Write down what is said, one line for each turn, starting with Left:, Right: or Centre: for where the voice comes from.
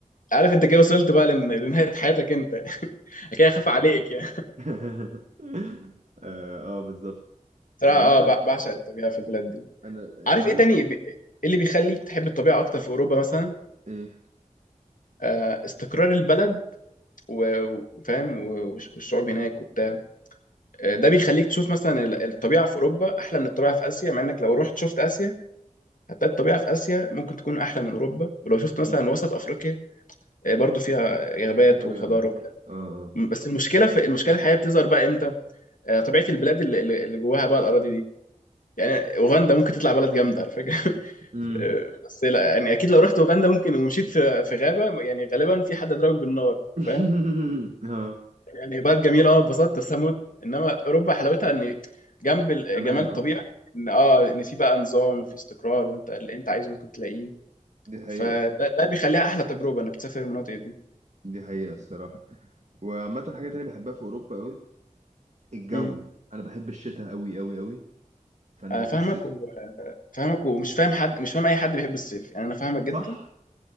Left: عارف انت كده وصلت بقى لن- لنهايه حياتك انت <laughs> كده خاف عليك يعني
Right: <laughs> اه, آه بالظبط
Left: صراحه
Right: انا عامه
Left: اه بع- بعشق الطبيعه في البلاد دي
Right: انا
Left: عارف
Right: كمان
Left: ايه تاني بي- ايه اللي بيخليك تحب الطبيعه اكتر في اوروبا مثلا
Right: ايه
Left: آه، استقرار البلد و- وفاهم و- والش- والشعوب هناك وبتاع آه، ده بيخليك تشوف مثلا ال- الطبيعة في أوروبا أحلى من الطبيعة في آسيا مع إنك لو رحت شفت آسيا هتلاقي الطبيعة في آسيا ممكن تكون أحلى من أوروبا ولو شفت
Right: مم.
Left: مثلا وسط أفريقيا آه، برضو فيها غابات
Right: في طبيعه
Left: وخضار
Right: برضو
Left: وبتاع
Right: اه اه
Left: م- بس المشكلة في المشكلة الحقيقية بتظهر بقى إمتى آه، طبيعة البلاد اللي اللي- اللي جواها بقى الأراضي دي يعني أوغندا ممكن تطلع بلد جامدة على فكرة <laughs>
Right: امم
Left: آه، بس لا يعني أكيد لو رحت أوغندا ممكن ومشيت في في غابة يعني غالبا في حد ضربك بالنار
Right: <laughs>
Left: فاهم
Right: اه
Left: يعني بلد جميله انا اتبسطت بس هموت انما اوروبا حلاوتها ان جنب ال-
Right: امان
Left: جمال الطبيعه
Right: اكتر
Left: ان اه ان في بقى نظام وفي استقرار وانت اللي انت عايزه ممكن تلاقيه
Right: دي حقيقه
Left: فده ده بيخليها احلى تجربه انك تسافر المناطق دي
Right: دي حقيقه الصراحه وعامه حاجه تانية بحبها في اوروبا قوي الجو
Left: امم
Right: انا بحب الشتاء قوي قوي قوي فانا
Left: آه،
Right: بحس
Left: فاهمك و- فاهمك ومش فاهم حد مش فاهم اي حد بيحب الصيف يعني انا فاهمك جدا
Right: صح